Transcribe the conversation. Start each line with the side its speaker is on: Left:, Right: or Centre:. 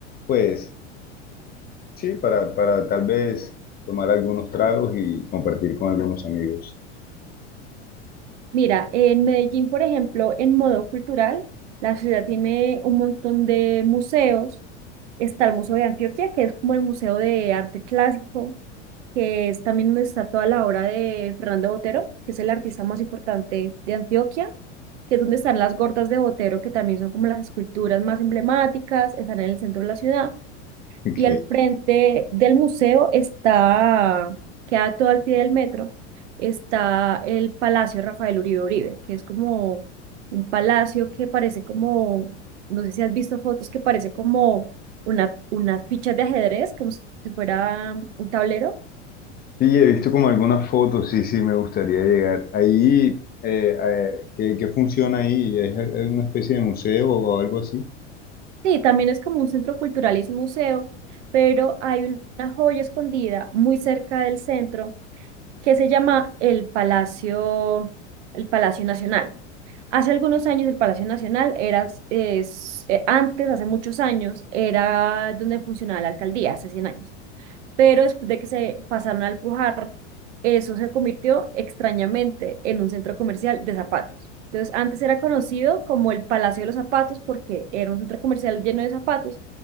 Left: pues, sí, para, para tal vez tomar algunos tragos y compartir con algunos amigos.
Right: Mira, en Medellín, por ejemplo, en modo cultural, la ciudad tiene un montón de museos. Está el Museo de Antioquia, que es como el Museo de Arte Clásico, que es también donde está toda la obra de Fernando Botero, que es el artista más importante de Antioquia, que es donde están las gordas de Botero, que también son como las esculturas más emblemáticas, están en el centro de la ciudad.
Left: <laughs>
Right: y al frente del museo está, queda todo al pie del metro, está el Palacio Rafael Uribe Uribe, que es como un palacio que parece como, no sé si has visto fotos, que parece como una, unas fichas de ajedrez, como si fuera un tablero.
Left: Sí, he visto como algunas fotos, sí, sí, me gustaría llegar. Ahí, eh, eh, ¿qué, qué funciona ahí? ¿Es alguna especie de museo o algo así?
Right: Sí, también es como un centro cultural y es un museo, pero hay una joya escondida muy cerca del centro que se llama el Palacio, el Palacio Nacional. Hace algunos años el Palacio Nacional era, es, eh, antes, hace muchos años, era donde funcionaba la alcaldía, hace cien años pero después de que se pasaron a Pujar, eso se convirtió extrañamente en un centro comercial de zapatos. Entonces, antes era conocido como el Palacio de los Zapatos porque era un centro comercial lleno de zapatos,